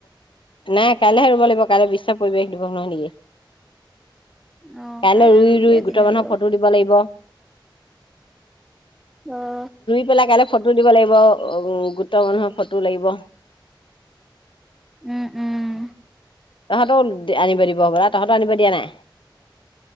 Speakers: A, on the left; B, in the centre.
A: নাই কাইলেহে ৰুব লাগিব। কাইলৈ বিশ্বাস পৰিৱেশ দৱস নহয় নেকি?
B: অ
A: কাইলৈ ৰুই
B: ৰুবি
A: ৰুই
B: আজি
A: গোট
B: নৰুৱ
A: মানুহক ফটো দিব লাগিব
B: অ'।
A: বিলাক কাইলৈ ফটো দিব লাগিব। গোটৰ মানুহৰ ফটো লাগিব।
B: উম, উম
A: তহঁতও আনিব দিব হবলা, তহঁতৰো আনিব দিয়া নাই?